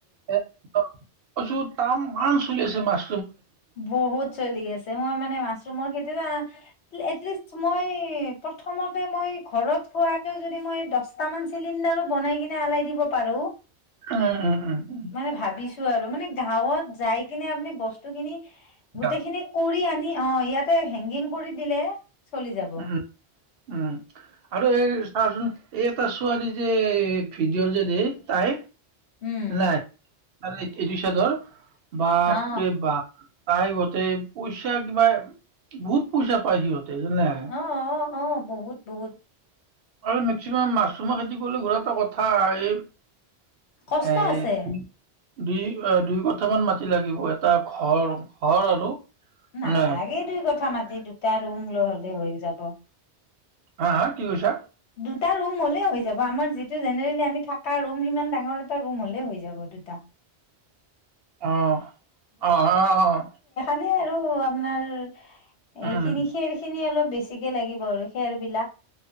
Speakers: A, on the right; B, on the left.
A: এ <unintelligible> কছো তাম মান চলি আছে জু মাছ
B: বহুত চলি আছে মই মানে মাছ ৰোমৰ খেতিটো আহ অতকিষ্ট মই প্ৰথমতে মই ঘৰত খোৱাকে যদি মই দহট মান চিলিণ্ডাৰো বনাই কিনে আলাই দিব পাৰো।
A: উম, উম, উম, উম।
B: মানে ভাবিছোঁ আৰু মানে ধাঁওয়ত যাই কিনে আপুনি বস্ত তখিনি
A: দিয়া।
B: গোটেইখিনি কৰি আনি অ ইয়াত হেংগিং কৰি দিলে চলি যাব
A: উম উম উম আৰু এই চাচোন এই এটা ছোৱালী যে ভিডিঅ' যে দে তাই
B: উম
A: নাই এইটো চাদৰ বাপৰে
B: অ
A: বা তাই গতে পইচা কিবা বহুত পইচা পাই সিহঁত সেই নে
B: অ অ অ' বহুত বহুত
A: আৰু মেক্সিমাম মাছৰুমৰ খেতি কৰিলে আৰু এটা কথা এই
B: কষ্ট
A: এই
B: আছে
A: দুই দুই কথামান মাটি লাগিব এটা ঘৰ ঘৰ আৰু
B: নালাগে
A: মানে
B: দুই কঠা মাটি দুটা ৰুম লৈ হলে হৈ যাব
A: হা হা কি কৈছা
B: দুটা ৰুম হ'লেই হৈ যাব আমাৰ যিটো জেনেৰেলি আমি থকা ৰুম সমান ডাঙৰ এটা ৰুম হ'লেই হৈ যাব দুটা
A: অ' অ', অ', অ'।
B: মানে আৰু আপোনাৰ
A: উম
B: এইখিনি খেৰ খিনি অলপ বেছিকে লাগিব আৰু খেৰ বিলাক।